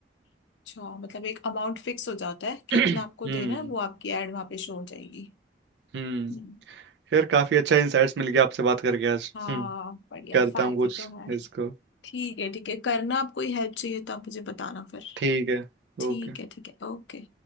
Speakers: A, on the left (about 80°); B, on the right (about 75°).
A: अच्छा मतलब एक अमाउंट फिक्स हो जाता है कि
B: <clears throat>
A: इतना आपको
B: हम्म
A: देना है वो आपकी एड वहां पे शो हो जाएगी
B: हम्म
A: हम्म,
B: खैर काफी अच्छा इंसाइट्स मिल गया आपसे बात करके आज
A: हाँ
B: हम्म
A: बढ़िया
B: करता
A: फायदे
B: हूँ कुछ
A: तो है
B: इसको
A: ठीक है ठीक है करना आपको हेल्प चाहिए तो आप मुझे बताना फिर
B: ठीक है
A: ठीक
B: ओके
A: है ठीक है ओके